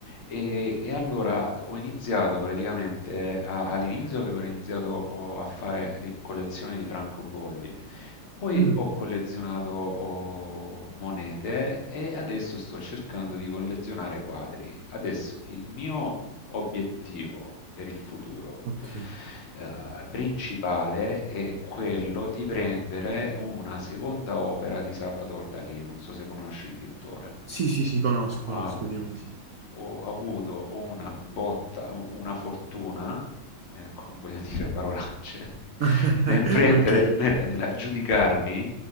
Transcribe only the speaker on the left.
E, e allora ho iniziato praticamente, a- all'inizio avevo iniziato oh, a fare di- collezione di francobolli, poi
ho collezionato oh, monete e adesso sto cercando di collezionare quadri. Adesso il mio obiettivo per il futuro
eh, principale è quello di prendere una seconda opera di Salvador Dalì, non so se conosci il pittore.
Allora,
ho avuto una botta, una fortuna, ecco, non voglio dire parolacce, <laughs>
nel prendere,
nel- nell'aggiudicarmi